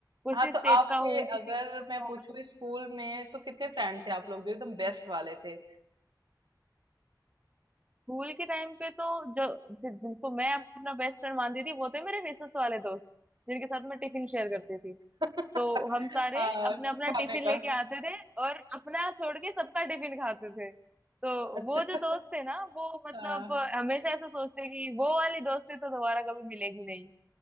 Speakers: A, on the right (about 15°); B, on the right (about 85°).
A: किसी
B: हाँ तो
A: स्टेट
B: आपके
A: का हो किसी
B: अगर
A: भी state
B: मैं
A: का हो।
B: पूछूं इस स्कूल में तो कितने फ्रेंड थे आप लोग जो एकदम बेस्ट वाले थे
A: स्कूल के टाइम पे तो जो जि- जिनको मैं अपना बेस्ट फ्रेंड मानती थी वो थे मेरे रिसेस वाले दोस्त जिनके साथ मैं टिफिन शेयर करती थी
B: <laughs>
A: तो हम सारे
B: आ,
A: अपना अपना
B: खाने
A: टिफिन
B: का
A: लेके आते थे और अपना छोड़ के सबका टिफिन खाते थे तो
B: अच्छा
A: वो जो दोस्त थे ना वो मतलब
B: हाँ
A: अ, हमेशा ऐसा सोचते कि वो वाली दोस्ती तो दोबारा कभी मिलेगी नहीं